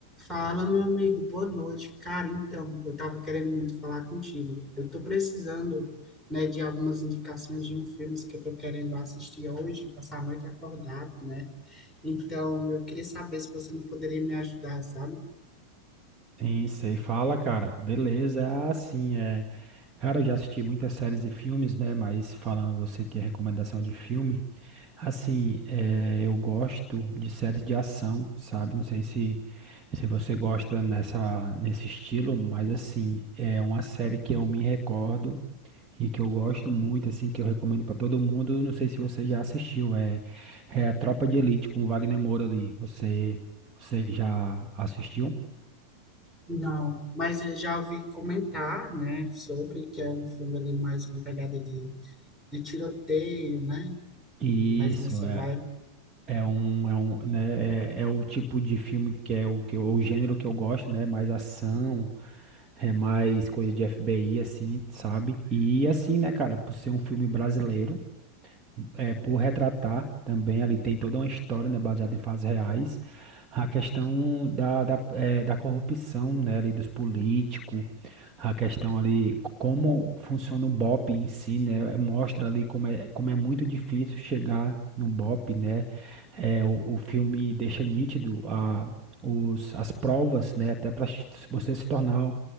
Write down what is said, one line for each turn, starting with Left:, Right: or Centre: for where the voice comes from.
Centre: Fala, meu amigo, boa noite. Cara, então, eu tava querendo muito falar contigo. Eu tô precisando, né, de algumas indicações de um filme que eu tô querendo assistir hoje, passar a noite acordado, né? Então, eu queria saber se você não poderia me ajudar, sabe?
Right: Sim, sei. Fala, cara. Beleza. Ah, sim, é. Cara, eu já assisti muitas séries e filmes, né? Mas falando você que é recomendação de filme, assim, é, eu gosto de séries de ação, sabe? Não sei se, se você gosta nessa, nesse estilo, mas assim, é uma série que eu me recordo e que eu gosto muito, assim, que eu recomendo pra todo mundo. Não sei se você já assistiu, é, é a Tropa de Elite com o Wagner Moura ali. Você, você já assistiu?
Centre: Não, mas eu já ouvi comentar, né, sobre que é um filme ali mais com pegada de, de tiroteio, né?
Right: Isso,
Centre: Mais nessa
Right: é,
Centre: vibe.
Right: é um, é um, né, é, é o tipo de filme que é o que eu- o gênero que eu gosto, né? Mais ação, é mais coisa de FBI, assim, sabe? E assim, né, cara, por ser um filme brasileiro é, por retratar também, ali tem toda uma história, né, baseada em fatos reais, a questão da, da, eh, da corrupção, né, ali dos políticos, a questão ali como funciona o BOP em si, né, mostra ali como é, como é muito difícil chegar no BOP, né, é, o, o filme deixa nítido a, os, as provas, né, até para você se tornar